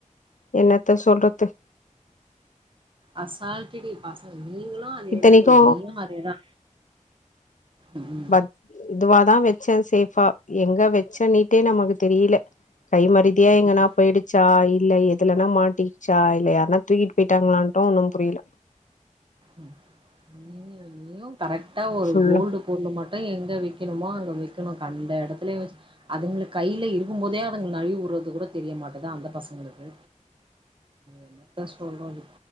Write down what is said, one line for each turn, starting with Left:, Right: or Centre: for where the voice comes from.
Left: என்னத்த சொல்றது
Right: அசால்ட்டுடி பசங்க நீங்களு அதேதான்டி
Left: இத்தனைக்கு
Right: நீயு அதேதா ம்
Left: பத் இதுவாதா வச்சே சேஃபா எங்க வச்சன்னேட்டே நமக்கு தெரில கை மருதியா எங்கனா
Right: ம்
Left: போயிடுச் சா இல்ல எதுலன்னா மாட்டிடுசா இல்ல யாருனா தூக்கிட்டு போயிட்டாங்களான்ட்டு ஒன்னு புரில
Right: ம் நீயு நீயு கரெக்டா ஒரு
Left: ஃபுல்லா
Right: கோல்டு பொருள் மட்டு எங்கே விக்கணுமோ அங்கே விக்கணு கண்ட இடத்துல வெச்சு அதுங்களுக்கு கையில இருக்கு போதே அதுங்க நழிவிவுடுறது கூட தெரிய மாட்டேங்கிர்து அந்த பசங்களுக்கு என்னத்த சொல்றது